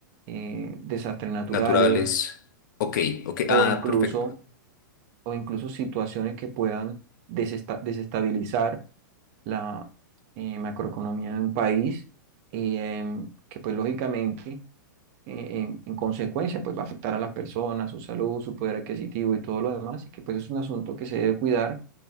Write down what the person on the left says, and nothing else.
naturales. Ok, ok,
ah,
perfecto.